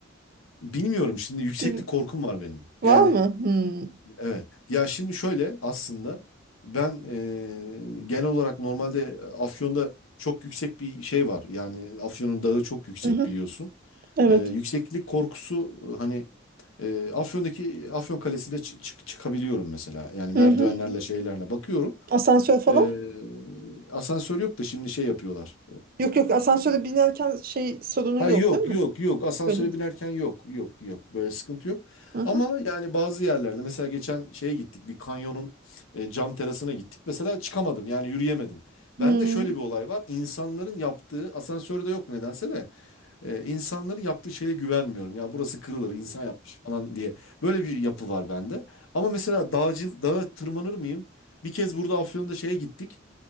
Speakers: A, on the left (about 85°); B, on the right (about 45°).
A: bilmiyorum şimdi yükseklik
B: Bil-
A: korkum var benim.
B: Var
A: Yani
B: mı? Hmm.
A: Evet. Ya şimdi şöyle aslında ben e, genel olarak normalde Afyon'da çok yüksek bir şey var. Yani Afyon'un dağı çok yüksek
B: Hı hı.
A: biliyorsun.
B: Evet.
A: E, yükseklik korkusu e, hani e, Afyon'daki Afyon Kalesi'ne çı- çık- çıkabiliyorum mesela. Yani merdivenlerle
B: Hı hı.
A: şeylerle bakıyorum.
B: Asansör falan?
A: E, asansör yok da şimdi şey yapıyorlar.
B: Yok yok asansöre binerken şey sorunun
A: Ha
B: yok
A: yok
B: değil mi?
A: yok yok asansöre
B: Öyle.
A: binerken yok yok yok böyle sıkıntı yok.
B: Hı hı.
A: Ama yani bazı yerlerde mesela geçen şeye gittik bir kanyonun e, cam terasına gittik. Mesela çıkamadım yani yürüyemedim.
B: Hmm.
A: Bende şöyle bir olay var insanların yaptığı asansörde yok nedense de e, insanların yaptığı şeye güvenmiyorum. Ya burası kırılır insan yapmış falan diye böyle bir yapı var bende. Ama mesela dağcı, dağa tırmanır mıyım? Bir kez burada Afyon'da şeye gittik.